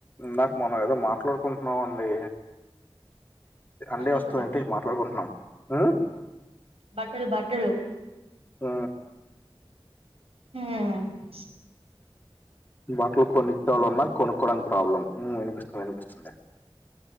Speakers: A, on the left; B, on the right.
A: ఇందాక మనం ఏదో మాట్లాడుకుంటున్నామండి అండే
B: బట్టల
A: వస్తుందింటే
B: గురించి
A: మట్లాకుంటున్నాం ఆ
B: బట్టలు బట్టలు
A: ఆ
B: మ్
A: బట్టలు కొనిచ్చేవాళ్ళున్నా కొనుక్కవడానికి ప్రాబ్లం మ్ అనిపిస్త్ నూపిస్తుందా